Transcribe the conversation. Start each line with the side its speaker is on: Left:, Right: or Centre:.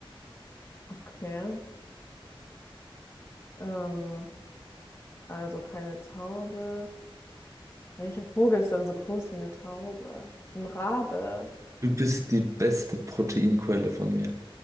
Left: Okay. Ähm. Also keine Taube. Welcher Vogel ist denn so groß wie eine Taube? Ein Rabe.
Right: Du bist die beste Proteinquelle von mir.